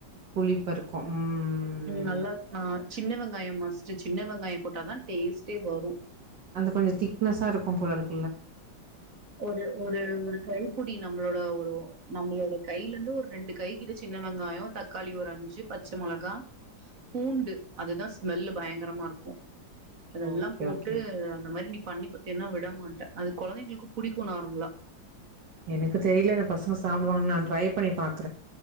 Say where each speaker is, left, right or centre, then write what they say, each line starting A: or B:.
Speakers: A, on the right; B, on the right.
A: புலி பருக்கம் ம்
B: நல்லா
A: ம்
B: ஆ சின்ன வெங்காயம் மஸ்ட் சின்ன வெங்காயம் போட்டாதான் டேஸ்ட்டே வரும்
A: அந்த கொஞ்சம் திக்னஸா இருக்கும் போல இருக்கு
B: ஒரு ஒரு ஒரு கைபடி நம்மளோட ஒரு நம்மளோட கையில இருந்து ஒரு ரெண்டு கை கிட்ட சின்ன வெங்காயம் தக்காளி ஒரு அஞ்சு பச்சை மொளகா பூண்டு அதுதான் ஸ்மெல்லு பயங்கரமா இருக்கும். அதெல்லாம்
A: ஓகே
B: போட்டு
A: ஓகே
B: அந்த மாரி நீ பண்ணி பாத்தின்னா விடமாட்டே அது குழந்தைங்களுக்கு பிடிக்கும் நார்மலா
A: எனக்கு தெரியல இந்த பசங்க சாப்பிடிவாங்கு நான் ட்ரை பண்ணி பாக்